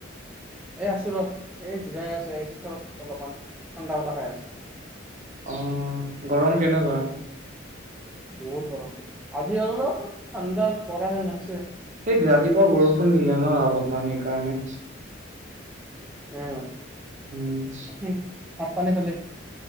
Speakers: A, in the centre; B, on the right (about 40°).
A: এই আছো ৰ, এই জিৰাই আছো এই চোতালত অলপমান ঠাণ্ডা বতাহ খাই আছো।
B: অহ, গৰম কেনেকুৱা?
A: বহুত গৰম দেই, আজি অলপ ঠাণ্ডা পৰা নাই।
B: সেই ৰাতিপুৱা বৰষুণ দিলে ন অলপমান সেইকাৰণে
A: উম
B: হম <unintelligible>
A: বাকী ভাত পানী খালি?